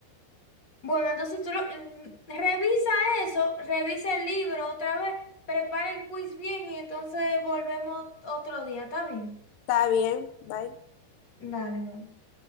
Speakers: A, on the left; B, on the left.
A: Bueno, entonces tú lo, mm, revisa eso, revisa el libro otra vez, prepara el quiz bien y entonces volvemos otro día, ¿está bien?
B: Está bien, bye.
A: Dale, va.